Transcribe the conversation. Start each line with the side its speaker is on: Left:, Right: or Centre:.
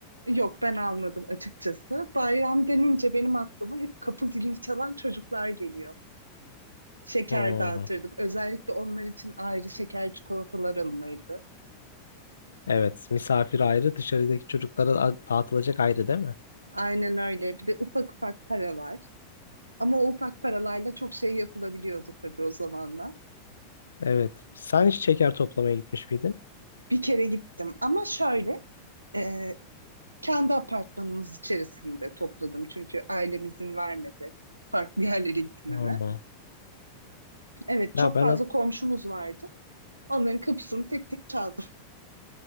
Right: Yok ben almadım açıkçası. Bayram denince benim aklıma hep kapı zilini çalan çocuklar geliyor. Şeker
Left: Hmm.
Right: dağıtırdık. Özellikle onlar için ayrı şeker çikolatalar alınırdı.
Left: Evet, misafir ayrı, dışarıdaki çocuklara a- dağıtılacak ayrı değil mi?
Right: Aynen öyle. Bir de ufak ufak paralar. Ama o ufak paralarla çok şey yapılabiliyordu tabii o zamanlar.
Left: Evet. Sen hiç şeker toplamaya gitmiş miydin?
Right: Bir kere gittim ama şöyle e, Kendi apartmanımız içerisinde topladım çünkü ailem izin vermedi farklı <laughs> yerlere gitmeme.
Left: Hmm.
Right: Evet
Left: Ya
Right: çok
Left: ben
Right: fazla komşumuz vardı. Onların kapısını tek tek çaldım.